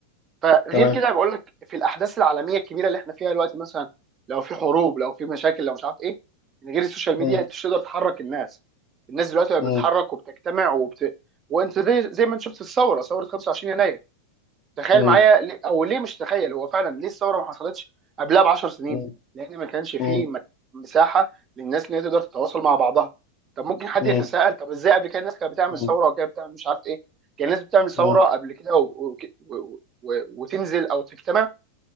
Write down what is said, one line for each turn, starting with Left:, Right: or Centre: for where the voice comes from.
Right: فغير
Left: تمام
Right: كده بقول لك في الاحداث العالميه الكبيره اللي احنا فيها دلوقتي مثلا لو في حروب لو في مشاكل لو مش عارف ايه من غير السوشيال ميديا
Left: مم.
Right: انت مش تقدر تحرك الناس الناس دلوقتي بقت
Left: مم.
Right: بتتحرك وبتجتمع وبت... وانت زي زي ما انت شفت الثوره ثوره 25 يناير تخيل
Left: مم.
Right: معايا ليه- او ليه مش تخيل هو فعلا ليه الثوره ما حصلتش قبلها ب 10 سنين
Left: مم.
Right: لان ما كانش فيه
Left: مم.
Right: مك- مساحه للناس ان هي تقدر تتواصل مع بعضها طب ممكن حد
Left: مم.
Right: يتساءل طب ازاي قبل كده الناس كانت بتعمل
Left: مم.
Right: ثوره وكانت بتعمل مش عارف ايه كان الناس بتعمل ثوره
Left: مم.
Right: قبل كده و... و... و... و... وتنزل او تجتمع